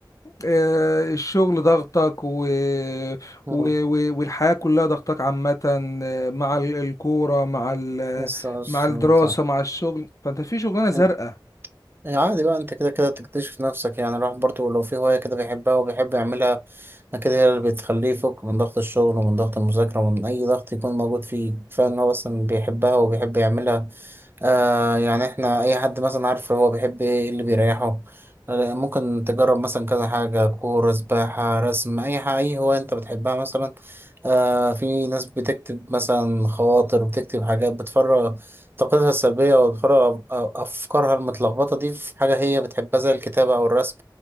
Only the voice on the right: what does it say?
مم.
بس عشان
انت يعني عادي بقى انت كده كده تكتشف نفسك يعني الواحد برضه لو في هواية كده بيحبها وبيحب يعملها كده هي اللي بتخليه يفك من ضغط الشغل ومن ضغط المذاكرة ومن أي ضغط يكون موجود فيه كفاية إن هو مثلا بيحبها وبيحب يعملها آه يعني احنا أي حد مثلا عارف هو بيحب إيه إيه اللي بيريحه آه ممكن تجرب مثلا كذا حاجة كورة سباحة رسم أي حاجة أي هواية أنت بتحبها مثلا آه في ناس بتكتب مثلا خواطر بتكتب حاجات بتفرغ طاقتها السلبية وأفكارها أفكارها المتلخبطة دي في حاجة هي بتحبها زي الكتابة أو الرسم